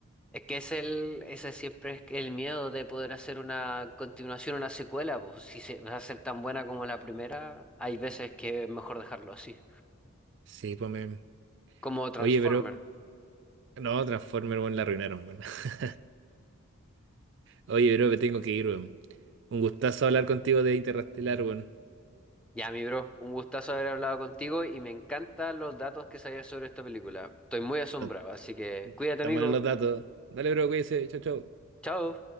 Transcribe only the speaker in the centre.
Es que es el, ese siempre es el miedo de poder hacer una continuación, una secuela, pues si se va a ser tan buena como la primera, hay veces que es mejor dejarlo así,
como Transformer.
Ya, mi bro, un gustazo haber hablado contigo y me encantan los datos que sabías sobre esta película. Estoy muy asombrado,
así que cuídate,
amigo.
Chao.